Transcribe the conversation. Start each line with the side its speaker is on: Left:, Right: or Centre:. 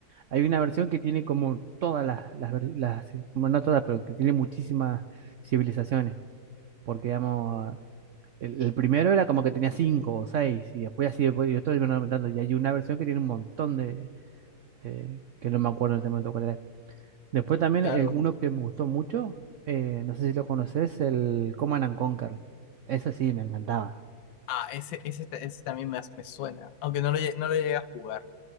Right: Hay una versión que tiene como todas las, las, ver- las- bueno, no todas, pero que tiene muchísimas civilizaciones, porque digamos, el, el primero era como que tenía 5 o 6 y después así, después, y otros iban aumentando y hay una versión que tiene un montón de, de- que no me acuerdo en este momento cuál era Después también
Left: Claro,
Right: el uno
Left: n-
Right: que me gustó mucho, eh, no sé si lo conoces, el Command and Conquer. Ese sí, me encantaba.
Left: ah, ese, ese, ta- ese también me, as- me suena, aunque no lo, lle- no lo llegué a jugar,